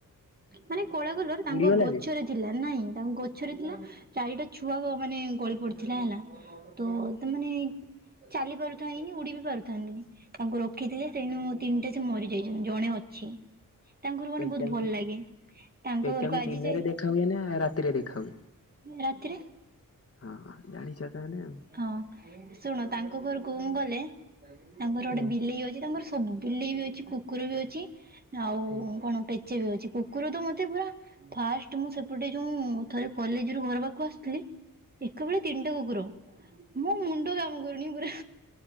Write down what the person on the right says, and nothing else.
ମାନେ କଳା କଲର ତାଙ୍କ
ଗଛରେ
ଥିଲା, ନାଇଁ ତାଙ୍କ ଗଛ ରେ ଥିଲା। ଚାରିଟା ଛୁଆ ମାନେ ଗଳି ପଡିଥିଲା ହେଲା, ତ ତାମାନେ ଚାଲି ପାରୁଥାଇନି ଉଡି ବି ପାରୁଥାନ୍ତିନି। ତାଙ୍କୁ ରଖିଥିଲେ ସେଇନୁ ତିନିଟା ସେ ମରିଯାଇଛନ୍ତି ଜଣେ ଅଛି। ତାଙ୍କ ଘର ମାନେ
ବହୁତ ଭଲ ଲାଗେ। ତାଙ୍କ
ଘରକୁ ଆଜି
ଯାଇ
ରାତିରେ।
ହଁ ଶୁଣ ତାଙ୍କ ଘରକୁ ମୁଁ ଗଲେ, ତାଙ୍କର
ଗୋଟେ ବିଲେଇ ଅଛି ତାଙ୍କର ସ ସବୁ ବିଲେଇ ବି ଅଛି, କୁକୁର ବି ଅଛି, ଆଉ
କଣ ପେ ଚା ବି ଅଛି। କୁକୁର ତ ମତେ ପୁରା ଫାଷ୍ଟ ମୁଁ ସେପଟେ ଯୋଉଁ ଥରେ କଲେଜରୁ ଘର ପାଖକୁ ଆସୁଥିଲି ଏକାବେଳେ ତିନିଟା କୁକୁର ମୋ ମୁଣ୍ଡ କାମ କରୁନି ପୁରା,